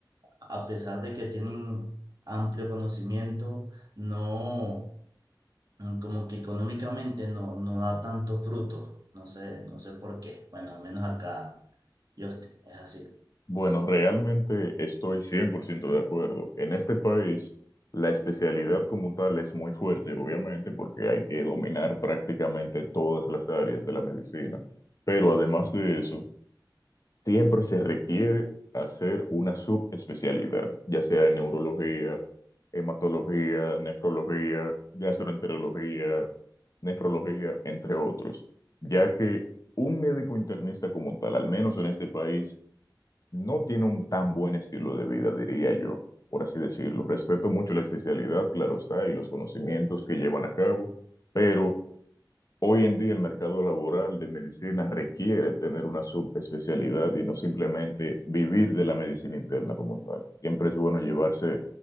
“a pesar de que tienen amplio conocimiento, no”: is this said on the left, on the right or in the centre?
Right